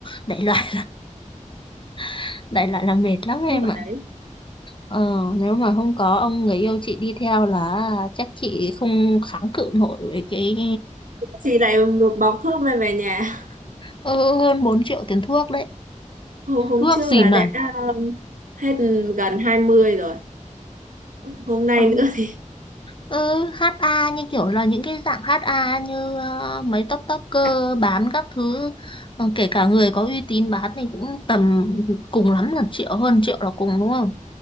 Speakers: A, on the left; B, on the right.
A: đại loại <laughs> đại loại là mệt lắm em
B: thuốc ở
A: ạ
B: đấy
A: ờ, nếu mà không có ông người yêu chị đi theo là chắc chị không kháng cự nổi với cái
B: chỉ lại một bọc thuốc mang về nhà
A: ừ, hơn 4 triệu tiền thuốc đấy
B: hôm, hôm
A: thuốc
B: trước
A: gì
B: là
A: mà
B: đã um, hết gần 20 rồi hôm nay
A: Ờ,
B: nữa thì
A: Ừ, HA như kiểu là những cái dạng HA như ờ, mấy top topper
B: <laughs>
A: bán các thứ ờ, kể cả người có uy tín bán thì cũng tầm cùng lắm là triệu hơn triệu là cùng đúng không?